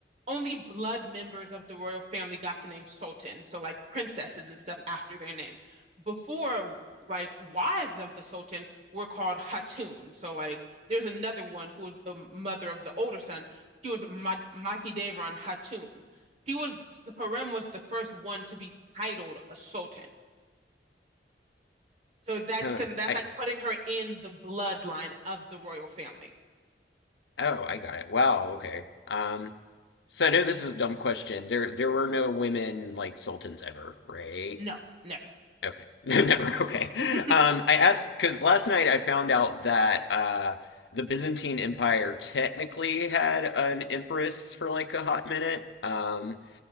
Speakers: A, on the right; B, on the left.
A: only blood members of the royal family got the name Sultan. So like princesses and stuff after their name. Before like wives of the Sultan were called Hatun. So like there's another one who was the mother of the older son. She was Mad Mahidevran Hatun. He was Harem was the first one to be titled a Sultan. So that
B: Huh.
A: can that's
B: I
A: like putting her in the bloodline of the royal family.
B: oh, I got it. Wow, okay. Um, so I know this is a dumb question. There there were no women like sultans ever, right?
A: No, never.
B: Okay. <laughs> No, never. Okay.
A: <laughs>
B: Um, I asked because last night I found out that uh the Byzantine Empire technically had an empress for like a hot minute. Um,